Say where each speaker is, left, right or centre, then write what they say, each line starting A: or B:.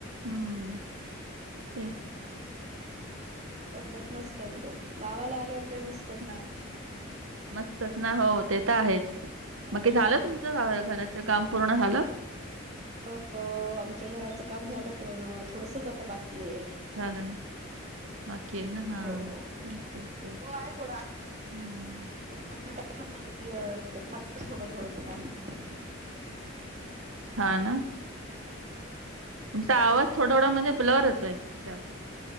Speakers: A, on the right; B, on the right.
A: हम्म तेच.
B: तब्येत मस्त एकदम,, गावाला आल्यावर काय मस्त
A: हा, मस्तच ना हो ते तर आहेच,
B: होय
A: मग कि झालं तुम घराचं काम पूर्ण झालं??
B: हो हो, आमच्या घराचं काम झालं पूर्ण, थोडसचं आता बाकी आहे.
A: झालं ना, बाकी आहे ना, हा,
B: हो हो
A: तेच, तेच, तेच
B: हो! आहे थोडा.
A: हम्म!
B: <inaudible>
A: हा, ना! तुमचा आवाज थोडा थोडा मध्ये ब्लर होतोय, असा